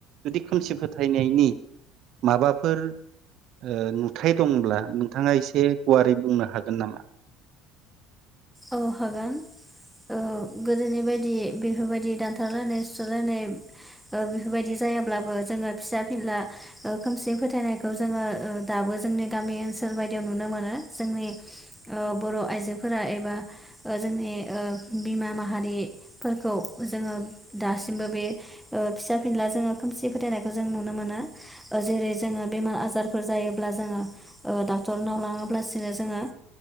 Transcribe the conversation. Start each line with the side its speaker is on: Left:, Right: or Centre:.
Right: जुदि खोमसि फोथायनायनि माबाफोर ओ नुथाय दंब्ला नोंथाङा एसे गुवारै बुंनो हागोन नामा
Centre: अ हागोन औ गोदोनि बायदि बेफोरबायदि दानथारलायनाय सुथारलायनाय ओ बेफोरबायदि जायाब्लाबो जोङो फिसा फिनला खोमसि फोथायनायखौ जोङो ओ दाबो जोंनि गामि ओनसोल बायदियाव नुनो मोनो जोंनि ओ बर' आइजोफोरा एबा ओ जोंनि ओ बिमा माहारिफोरखौ जोङो दासिमबो बे ओ फिसा फिनला जोङो खोमसि फोथायनायखौ जों नुनो मोनो जेरै जोङो बेमार आजारफोर जायो जायोब्ला जोङो ओ दाक्टरनाव लाङाब्लासिनो ओ जोङो